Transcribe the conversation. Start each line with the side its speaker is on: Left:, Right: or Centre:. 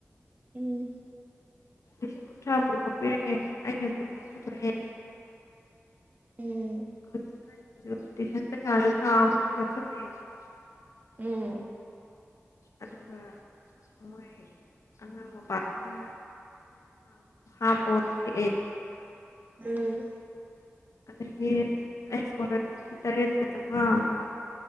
Right: ꯎꯝ
Left: ꯂꯤꯁꯤꯡ ꯀꯨꯟꯊ꯭ꯔꯥ ꯄꯨꯊꯣꯛꯄꯤꯦ ꯑꯩꯅ ꯀꯨꯟꯃꯨꯛ ꯄꯨꯊꯣꯛꯑꯦ
Right: ꯎꯝ
Left: ꯣ ꯊꯥ ꯑ
Right: ꯎꯝ
Left: ꯑꯗꯨꯒ ꯃꯣꯏ ꯑꯉꯥꯡ ꯃꯄꯥꯗꯨꯅ ꯥ ꯐꯣꯟ ꯑꯦ
Right: ꯎꯝ
Left: ꯑꯗꯒꯤ ꯑꯩ ꯏꯁꯀꯣꯂꯥꯔꯁꯤꯞꯀꯤ ꯇꯔꯦꯠꯀ ꯆꯥꯝꯃꯉꯥ ꯑꯃ